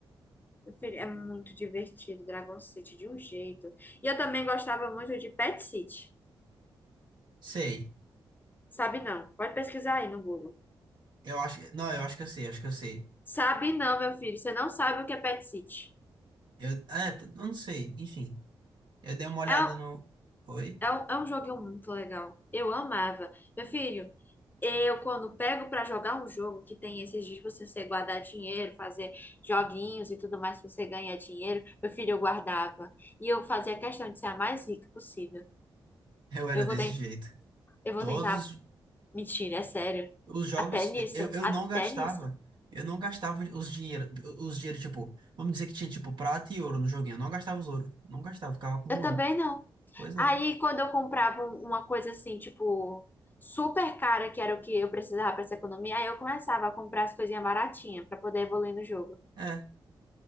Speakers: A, on the left (about 20°); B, on the right (about 55°).
A: Meu filho, é muito divertido, Dragon City, de um jeito. E eu também gostava muito de Pet City.
B: Sei.
A: Sabe não? Pode pesquisar aí no Google.
B: Eu acho que. Não, eu acho que eu sei, acho que eu sei.
A: Sabe não, meu filho, você não sabe o que é Pet City.
B: Eu, é, t- eu não sei, enfim. Eu dei uma olhada
A: É,
B: no. Oi?
A: é, um- é um jogo muito legal. Eu amava. Meu filho, eu quando pego pra jogar um jogo que tem esses dias pra você guardar dinheiro, fazer joguinhos e tudo mais pra você ganhar dinheiro, meu filho, eu guardava. E eu fazia questão de ser a mais rica possível.
B: Eu era
A: Eu
B: desse
A: vou tentar.
B: jeito.
A: Eu vou
B: Todos.
A: tentar Mentira, é sério.
B: Os jogos,
A: Até nisso,
B: eh, eu, eu
A: até
B: não gastava.
A: nisso.
B: Eu não gastava os dinheiro, os dinheiro, tipo, vamos dizer que tinha, tipo, prata e ouro no joguinho. Eu não gastava os ouro. Não gastava, ficava acumulando.
A: Eu também não.
B: Pois é.
A: Aí, quando eu comprava um- uma coisa assim, tipo, super cara, que era o que eu precisava pra essa economia, aí eu começava a comprar as coisinhas baratinhas pra poder evoluir no jogo.
B: É,